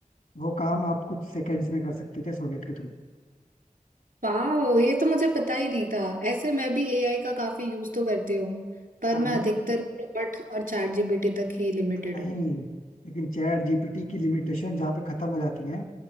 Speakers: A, on the left; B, on the right.
A: वो काम आप कुछ सेकंड्स में कर सकते थे सोनेट के थ्रू
B: वाओ ये तो मुझे पता ही नहीं था ऐसे मैं भी एआई का काफी यूज तो करती हूँ पर
A: हाँ
B: मैं
A: मतलब
B: अधिकतर क्लॉट और चैट जीपीटी तक ही लिमिटेड
A: नहीं
B: हूँ
A: लेकिन चैट जीपीटी की लिमिटेशन जहाँ पे खत्म हो जाती है